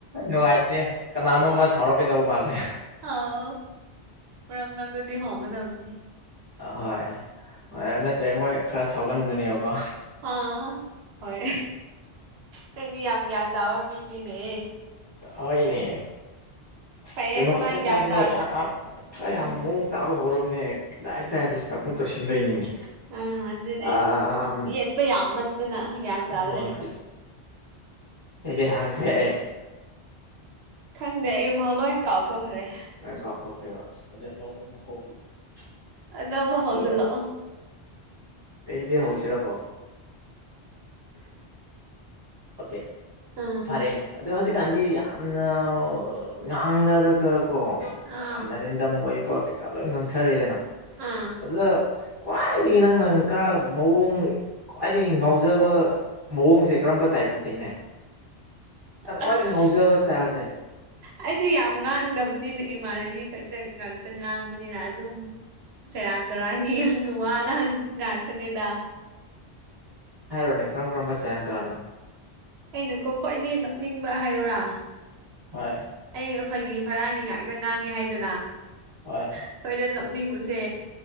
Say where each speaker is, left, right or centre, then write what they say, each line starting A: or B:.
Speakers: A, on the right; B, on the right.
A: ꯅꯨꯡꯉꯥꯏꯇ꯭ꯔꯦ ꯀꯅꯥꯅꯣꯃ ꯁꯥꯎꯔꯛꯀꯦꯗꯧꯕ ꯃꯥꯜꯂꯦ
B: ꯑꯥꯎ ꯃꯔꯛ ꯃꯔꯛꯗꯗꯤ ꯍꯣꯡꯒꯗꯕꯅꯤ
A: ꯍꯣꯏ ꯅꯠꯇ꯭ꯔꯦ ꯃꯣꯏ ꯈꯔ ꯁꯥꯎꯒꯟꯒꯅꯦꯕꯀꯣ
B: ꯑꯥ ꯍꯣꯏ ꯅꯪꯗꯤ ꯌꯥꯝ ꯒ꯭ꯌꯥꯟ ꯇꯥꯕ ꯃꯤꯅꯤꯅꯦꯍ‌
A: ꯍꯣꯏꯅꯦ ꯑꯁ
B: ꯐꯩꯌꯦ
A: ꯀꯩꯅꯣ
B: ꯑꯗꯨꯃꯥꯏꯅ
A: ꯀꯗꯥꯏ ꯀꯗꯥꯏꯗꯅꫭ
B: ꯒ꯭ꯌꯥꯟ ꯇꯥ
A: ꯌꯥꯝ ꯌꯥꯝ ꯈꯔ ꯌꯥꯝ
B: ꯎꯝ
A: ꯃꯑꯣꯡ ꯇꯥꯕ ꯍꯧꯔꯕꯅꯦ ꯀꯗꯥꯏ <unintelligible> ꯗꯤꯁꯇꯔꯕ ꯑꯃꯨꯛ ꯇꯧꯁꯤꯟꯕꯩꯅꯤꯅꯦ
B: ꯎꯝ ꯑꯗꯨꯅꯦ
A: ꯑꯥ
B: ꯌꯦꯠꯄ ꯌꯥꯝꯃꯟꯗꯅ ꯒ꯭ꯌꯥꯟ ꯇꯥꯗ꯭ꯔꯦ
A: ꯍꯣꯏ ꯀꯩ ꯀꯩ ꯍꯪꯈ꯭ꯔꯦ ꯑꯩ
B: ꯈꯪꯗꯦ ꯑꯩ ꯏꯐꯥꯎ ꯂꯣꯏ ꯀꯥꯎꯊꯣꯛꯈ꯭ꯔꯦ
A: ꯂꫭꯏ ꯀꯥꯎꯊꯣꯛꯈ꯭ꯔꯦꯕ ꯑꯁ ꯑꯗꯩ ꯑꯅꯧꯕ ꯑꯃ ꯍꯧꯗ <unintelligible>
B: ꯑꯅꯧꯕ
A: ꯑꯗꯣ
B: ꯍꯧꯖꯤꯜꯂꯛꯑꯣ
A: ꯑꯁ ꯀꯩꯗꯩ ꯍꯧꯁꯤꯔꯀꯣ ꯑꯣꯀꯦ
B: ꯑꯥ
A: ꯐꯔꯦꯅꯦ ꯑꯗꯣ ꯍꯧꯖꯤꯛꯀꯥꯟꯗꯤ ꯌꯥꯝꯅ ꯉꯥꯡꯅꯔꯒ ꯀꯣ
B: ꯑꯥ
A: ꯌꯥꯝꯅꯔꯦꯟ ꯗꯝ ꯑꯣꯏꯕ ꯀꯩꯀꯥ ꯂꯣꯏ ꯉꯥꯡꯊꯔꯦꯗꯅ
B: ꯑꯥ
A: ꯑꯗꯨꯗ ꯈ꯭ꯋꯥꯏꯗꯒꯤ ꯅꯪꯅꯪ ꯈꯔ ꯃꯑꯣꯡ ꯈ꯭ꯋꯥꯏꯗꯒꯤ ꯉꯥꯎ ꯐꯖꯕ ꯃꯑꯣꯡꯁꯦ ꯀꯔꯝꯕ ꯇꯥꯏꯞꯅ ꯊꯦꯡꯅꯩ ꯅꯪꯅꯥ ꯈ꯭ꯋꯥꯏꯗꯩ
B: ꯑꯁ
A: ꯉꯧꯖꯕ ꯏꯁ꯭ꯇꯥꯏꯜꯁꯦ
B: ꯑꯩꯗꯤ ꯌꯥꯝ ꯉꯥꯡꯗꯕꯅꯤꯅ ꯏꯃꯥꯟꯅꯕꯤ ꯈꯩꯗ ꯉꯥꯛꯇ ꯉꯥꯡꯕꯅꯤꯅ ꯑꯗꯨꯝ ꯁꯦꯔꯥꯟ ꯇꯨꯔꯥꯟꯒꯤ ꯋꯥ ꯉꯥꯡ ꯉꯥꯛꯇꯅꯦꯗ
A: ꯍꯥꯏꯔꯣꯅꯦ ꯀꯔꯝ ꯀꯔꯝꯕ ꯁ‌ꯦꯔꯥꯟ ꯇꯨꯔꯥꯟꯅꯣ
B: ꯑꯩꯅꯀꯣ ꯈ꯭ꯋꯥꯏꯗꯒꯤ ꯅꯣꯛꯅꯤꯡꯕ ꯍꯥꯏꯌꯨꯔꯥ
A: ꯍꯣꯏ
B: ꯑꯩ ꯐꯩꯒꯤ ꯐꯔꯥꯒꯤ ꯉꯥꯛꯇ ꯉꯥꯡꯉꯤ ꯍꯥꯏꯗꯅ
A: ꯍꯣꯏ
B: ꯑꯩꯈꯣꯏꯗ ꯅꯣꯛꯅꯤꯡꯕꯁꯦ